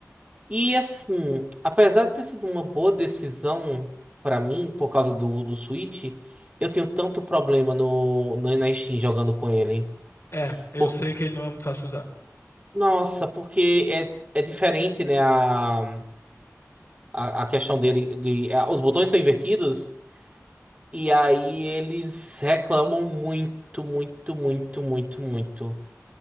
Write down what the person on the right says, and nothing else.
E assim, apesar de ter sido uma boa decisão pra mim, por causa do, do Switch, eu tenho tanto problema no, no, na Steam jogando com ele.
Por-
nossa, porque é, é diferente, né? A, a, a questão dele. De, é, os botões são invertidos, e aí eles reclamam muito, muito, muito, muito, muito.